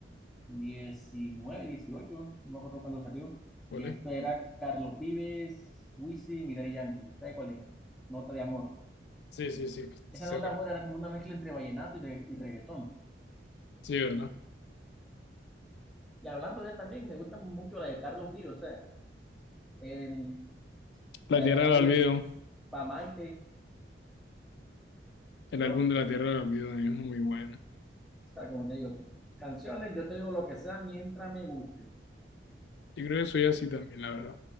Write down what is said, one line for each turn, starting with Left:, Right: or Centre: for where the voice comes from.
Centre: diecinueve dieciocho no me acuerdo cuándo salió,
Left: ¿cuál
Centre: que
Left: es?
Centre: es que era Carlos Vives, Wisin y Daddy Yankee, ¿sabe cuál es? Nota de amor.
Left: Sí, sí, sí, seguro.
Centre: Esa nota de amor era como una mezcla entre vallenato y, re- y reggaetón.
Left: Sí, ¿verdad?
Centre: Y hablando de él también, me gusta mucho la de Carlos Vives, o sea, el la
Left: La Tierra
Centre: de Carlos
Left: del
Centre: Vives,
Left: Olvido,
Centre: para Maite,
Left: el
Centre: no,
Left: álbum de
Centre: o
Left: La Tierra del Olvido es muy bueno.
Centre: sea, como te digo, canciones, yo te digo lo que sea mientras me guste.
Left: Yo creo que soy así también, la verdad.